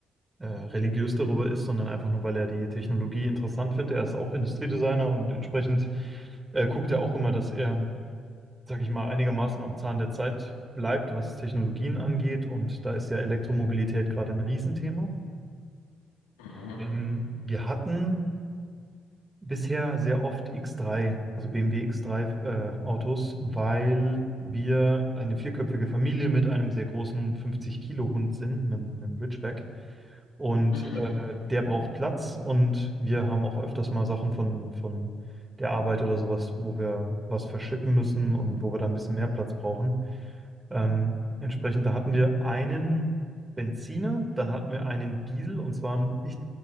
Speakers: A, on the right; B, on the left.
A: äh, religiös darüber ist, sondern einfach nur, weil er die Technologie interessant findet. Er ist auch Industriedesigner und entsprechend äh, guckt er auch immer, dass er sage ich mal, einigermaßen am Zahn der Zeit bleibt, was Technologien angeht. Und da ist ja Elektromobilität gerade ein Riesenthema.
B: Mhm.
A: Mhm. Wir hatten bisher sehr oft X3, also BMW X3 äh, Autos, weil wir eine vierköpfige Familie mit einem sehr großen 50-Kilo-Hund sind, einem, einem Ridgeback. Und
B: <laughs>
A: äh,
B: Mhm.
A: der braucht Platz und wir haben auch öfters mal Sachen von, von der Arbeit oder sowas, wo wir was verschippen müssen und wo wir da ein bisschen mehr Platz brauchen. Ähm, entsprechend, da hatten wir einen Benziner, dann hatten wir einen Diesel und zwar einen echt